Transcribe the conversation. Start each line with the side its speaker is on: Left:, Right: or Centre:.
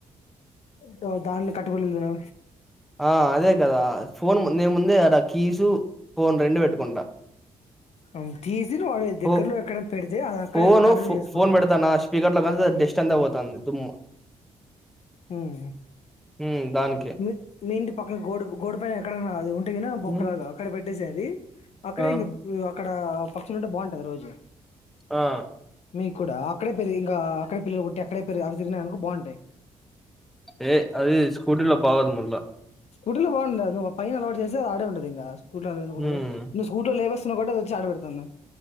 Left: దో- దాన్ని కట్టుబడి ఉన్నా
Centre: ఆ అదే కదా ఫోన్ నే ముందే ఆడ కీస్ ఫోన్ రెండు పెట్టుకుంటా
Left: ఆ తీసిన్వీ వాళ్ళు
Centre: ఫో
Left: దగ్గరలో ఎక్కడన్న పెడితే అది అక్కడే
Centre: ఫోను
Left: కంటిన్యూ
Centre: ఫో
Left: చేసుకుంటది
Centre: ఫోన్ పెడతానా స్పీకర్ లోకల్ల డెస్ట్ అంతా పోతాంది. దుమ్ము
Left: మ్.
Centre: ఉమ్ దానికి
Left: మీ మీంటి పక్కన గోడ గోడ పైన ఎక్కడనా అది ఉంటేగిన బొక్కలాగా
Centre: హ్మ్,
Left: అక్కడ పెట్టేసేయండి అక్కడే
Centre: ఆ
Left: ఇంగ్ అ అక్కడ పక్షులుంటే బాగుంటాది రోజు
Centre: ఆ
Left: మీకు కూడా అక్కడే పెరిగి ఇంక అక్కడే పిల్లలు పుట్టి అక్కడే పెరిగినాయనుకో తిరిగినాయనుకో బాగుంటాయ్
Centre: ఏయ్ అది స్కూటీ లో బాగోదు మళ్ళా
Left: స్కూటీలో బాగుండదు నువ్వు ఆ పైన అలవాటు చేస్తే అది ఆడే ఉంటది ఇంగ స్కూటర్లో ఎందుకుంటది
Centre: ఉమ్
Left: నువ్వు స్కూటర్లో లేేబ నోకటే తెచ్చి ఆడే పెడతాన్న.